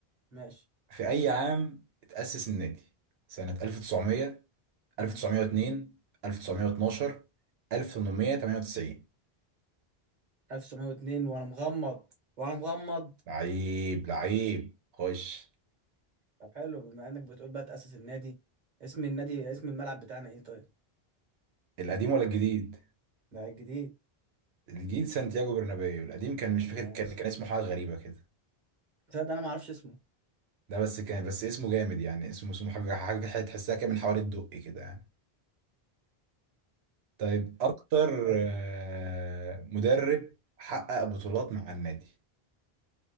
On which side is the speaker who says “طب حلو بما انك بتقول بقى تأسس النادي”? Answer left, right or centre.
Right